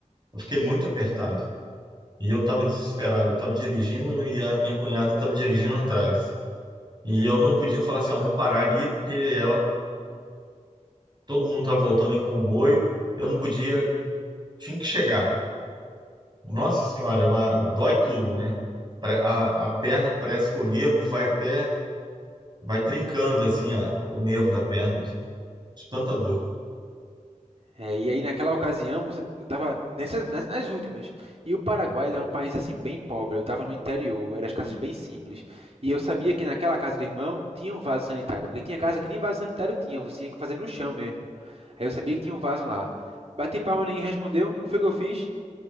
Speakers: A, on the right (about 35°); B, on the right (about 50°).
A: eu fiquei muito apertado. E eu estava desesperado. Eu estava dirigindo e a minha cunhada estava dirigindo atrás. E eu não podia falar assim, ó, vou parar ali, porque ela, todo mundo tá voltando em comboio. Eu não podia, tinha que chegar. Nossa Senhora, é uma, dói tudo, né? Pra- A, a perna parece que o nervo vai até, vai trincando assim, a- o nervo da perna, de de tanta dor.
B: É, e aí naquela ocasião, você- eu estava nessas, nas, nas últimas. E o Paraguai ele é um país assim bem pobre. Eu estava no interior, eram as casas bem simples. E eu sabia que naquela casa do irmão tinha um vaso sanitário, porque tinha casa que nem vaso sanitário tinha, você tinha que fazer no chão mesmo. Aí eu sabia que tinha um vaso lá. Bati palma, ninguém respondeu. O que foi que eu fiz?